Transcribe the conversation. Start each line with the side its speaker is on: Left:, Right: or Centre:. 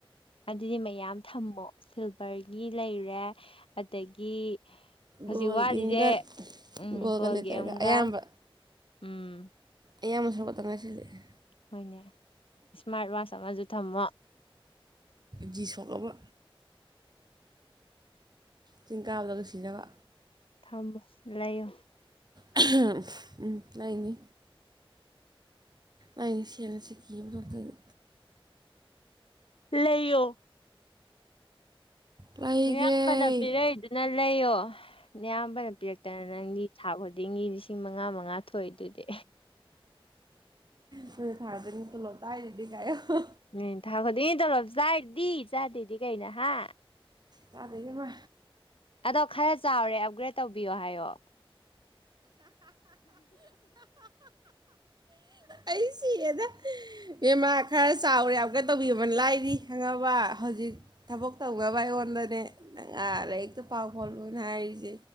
Left: ꯑꯗꯨꯗꯤ ꯃꯌꯥꯝ ꯊꯝꯃꯣ ꯁꯤꯜꯚꯔꯒꯤ ꯂꯩꯔꯦ ꯑꯗꯒꯤ ꯍꯧꯖꯤꯛ
Right: ꯒꯣꯜꯒꯤꯒ
Left: ꯋꯥꯠꯂꯤꯖꯦ ꯎꯝ
Right: ꯒꯣꯜꯒ
Left: ꯀꯣꯜꯒꯤ
Right: ꯂꯦꯇꯔꯒ
Left: ꯑꯝꯒꯥ
Right: ꯑꯌꯥꯝꯕ
Left: ꯎꯝ
Right: ꯑꯌꯥꯝꯕ ꯁꯔꯨꯛ ꯈꯇꯥ ꯉꯥꯏꯁꯤꯜꯂꯛꯑꯦ
Left: ꯍꯣꯏꯅꯦ ꯏꯁꯃꯥꯔꯠ ꯋꯥꯆ ꯑꯃꯁꯨ ꯊꯝꯃꯣ
Right: ꯖꯤ ꯁꯣꯛꯂꯕ ꯆꯤꯡ ꯀꯥꯕꯗꯒꯥ ꯁꯤꯅꯕ
Left: ꯊꯝꯃꯣ ꯂꯩꯌꯣ
Right: <unintelligible> ꯎꯝ ꯂꯩꯅꯤ ꯑꯩꯅ ꯁꯦꯜꯅ ꯁꯤꯀꯤ ꯑꯝ ꯊꯣꯛꯇꯥꯅ
Left: ꯂꯩꯌꯣ
Right: ꯂꯩꯒꯦ
Left: ꯅꯌꯥꯝꯕꯅ ꯄꯤꯔꯛꯏꯗꯨꯅ ꯂꯩꯌꯣ ꯅꯌꯥꯝꯕꯅ ꯄꯤꯔꯛꯇꯥꯅ ꯅꯪꯒꯤ ꯊꯥ ꯈꯨꯗꯤꯡꯒꯤ ꯂꯤꯁꯤꯡ ꯃꯉꯥ ꯃꯉꯥ ꯊꯣꯛꯏꯗꯨꯗꯤ
Right: ꯅꯪꯗꯤ ꯊꯥ ꯈꯨꯗꯤꯡꯒꯤ ꯇꯣꯂꯣꯞ ꯆꯥꯏꯗꯨꯗꯤ ꯀꯥꯏ ꯍꯥꯏꯌꯣ
Left: ꯎꯝ ꯊꯥ ꯈꯨꯗꯤꯡꯒꯤ ꯇꯣꯂꯣꯞ ꯆꯥꯏꯗꯨꯗꯤ ꯆꯥꯗꯦꯗꯤ ꯀꯩꯩꯅꯣ ꯍꯥꯥ
Right: ꯆꯥꯗꯦ ꯏꯕꯦꯝꯃꯥ
Left: ꯑꯗꯣ ꯈꯔ ꯆꯥꯎꯔꯦ ꯑꯞꯒ꯭ꯔꯦꯗ ꯇꯧꯕꯤꯌꯣ ꯍꯥꯏꯌꯣ
Right: ꯑꯩ ꯁꯤꯔꯦꯗꯥ ꯕꯦꯝꯃꯥ ꯈꯔ ꯆꯥꯎꯔꯦ ꯑꯞꯒ꯭ꯔꯦꯗ ꯇꯧꯕꯤꯕ ꯂꯥꯏꯔꯤ ꯈꯪꯉꯕ ꯍꯧꯖꯤꯛ ꯊꯕꯛ ꯇꯧꯅꯕ ꯑꯩꯉꯣꯟꯗꯅꯦ ꯅꯪ ꯑꯥ ꯂꯥꯏꯔꯤꯛꯇꯥ ꯄꯥꯎ ꯈꯣꯠꯂꯣꯅ ꯍꯥꯏꯔꯤꯖꯦ